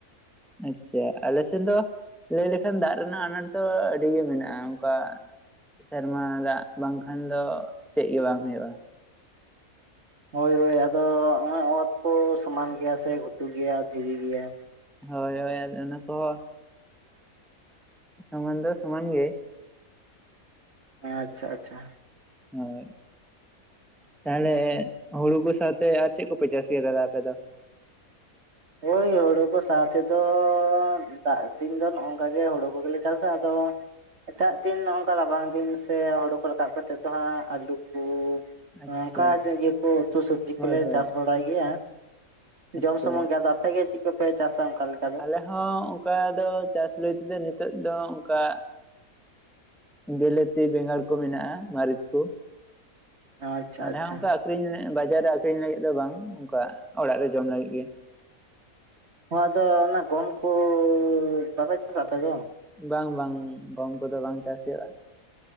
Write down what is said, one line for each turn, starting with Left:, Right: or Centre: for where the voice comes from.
Centre: ᱟᱪᱪᱷᱟ ᱟᱞᱮᱥᱮᱫ ᱫᱚ ᱞᱟᱹᱭ ᱞᱮᱠᱷᱟᱱ ᱫᱟᱜ ᱨᱮᱱᱟᱜ ᱟᱱᱟᱴ ᱫᱚ ᱟᱹᱰᱤ ᱜᱮ ᱢᱮᱱᱟᱜᱼᱟ ᱚᱱᱠᱟ ᱥᱮᱨᱢᱟ ᱫᱟᱜ ᱵᱟᱝᱠᱷᱟᱱ ᱫᱚ ᱪᱮᱫ ᱜᱮ ᱵᱟᱝ ᱦᱩᱭᱩᱜᱼᱟ
Right: ᱦᱳᱭ ᱦᱳᱭ ᱟᱫᱚᱜ ᱚᱛ ᱠᱚ ᱥᱚᱢᱟᱱ ᱜᱮᱭᱟ ᱥᱮ ᱜᱷᱩᱴᱩ ᱜᱮᱭᱟ ᱫᱷᱤᱨᱤ ᱜᱮᱭᱟ
Centre: ᱦᱳᱭ ᱦᱳᱭ ᱟᱫᱚ ᱚᱱᱟ ᱠᱚᱦᱚᱸ ᱥᱚᱢᱟᱱ ᱫᱚ ᱥᱚᱢᱟᱱ ᱜᱮ
Right: ᱟᱪᱪᱷᱟ ᱟᱪᱪᱷᱟ
Centre: ᱦᱳᱭ ᱛᱟᱦᱚᱞᱮ ᱦᱩᱲᱩ ᱠᱚ ᱥᱟᱶᱛᱮ ᱟᱨ ᱪᱮᱫ ᱠᱚᱯᱮ ᱪᱟᱥ ᱜᱮᱭᱟ ᱫᱟᱫᱟ ᱟᱯᱮ ᱫᱚ
Right: ᱦᱳᱭ ᱦᱩᱲᱩ ᱠᱚ ᱥᱟᱶ ᱛᱮᱫᱚ ᱫᱟᱜ ᱫᱤᱱ ᱫᱚ ᱱᱚᱜᱠᱟ ᱜᱮ ᱦᱩᱲᱩ ᱠᱚᱜᱮᱞᱮ ᱪᱟᱥᱟ ᱟᱫᱚ ᱮᱴᱟᱜ ᱫᱤᱱ ᱱᱚᱝᱠᱟ ᱨᱟᱵᱟᱝ ᱫᱤᱱ ᱥᱮ ᱦᱳᱲᱳ ᱠᱚ ᱨᱟᱠᱟᱵ ᱠᱟᱛᱮᱫ ᱫᱚ ᱦᱟᱸᱜ ᱟᱹᱞᱩ ᱠᱚ
Centre: ᱟᱪᱪᱷᱟ
Right: ᱚᱱᱠᱟ ᱤᱭᱟᱹ ᱠᱚ ᱩᱛᱩ ᱥᱚᱵᱡᱤ ᱠᱚᱞᱮ
Centre: ᱦᱳᱭ ᱦᱳᱭ
Right: ᱪᱟᱥ ᱵᱟᱲᱟᱭ ᱜᱮᱭᱟ
Centre: ᱟᱪᱪᱷᱟ
Right: ᱡᱚᱢ ᱥᱩᱢᱩᱝ ᱜᱮ ᱟᱫᱚ ᱟᱯᱮᱜᱮ ᱪᱤᱫ ᱠᱚᱯᱮ ᱪᱟᱥᱟ ᱚᱱᱠᱟ ᱞᱮᱠᱟ ᱫᱚ?
Centre: ᱟᱞᱮ ᱦᱚᱸ ᱚᱱᱠᱟ ᱫᱚ ᱪᱟᱥ ᱞᱟᱹᱭ ᱛᱮᱫᱚ ᱱᱤᱛᱚᱜ ᱫᱚ ᱚᱝᱠᱟ ᱵᱤᱞᱟᱹᱛᱤ ᱵᱮᱸᱜᱟᱲ ᱠᱚ ᱢᱮᱱᱟᱜᱼᱟ ᱢᱟᱹᱨᱤᱪ ᱠᱚ
Right: ᱟᱪᱪᱷᱟ
Centre: ᱟᱞᱮ
Right: ᱟᱪᱪᱷᱟ
Centre: ᱦᱚᱸ ᱚᱱᱠᱟ ᱟᱠᱷᱨᱤᱧ ᱵᱟᱡᱟᱨ ᱨᱮ ᱟᱠᱷᱨᱤᱧ ᱞᱟᱹᱜᱤᱫ ᱫᱚ ᱵᱟᱝ ᱚᱱᱠᱟ ᱚᱲᱟᱜ ᱨᱮ ᱡᱚᱢ ᱞᱟᱹᱜᱤᱫ ᱜᱮ
Right: ᱱᱚᱣᱟᱫᱚ ᱚᱱᱟ ᱜᱚᱢ ᱠᱚ ᱵᱟᱯᱮ ᱪᱟᱥᱟ ᱟᱯᱮ ᱫᱚ
Centre: ᱵᱟᱝ ᱵᱟᱝ ᱜᱚᱢ ᱠᱚᱫᱚ ᱵᱟᱝ ᱪᱟᱹᱥ ᱦᱩᱭᱩᱜ ᱟ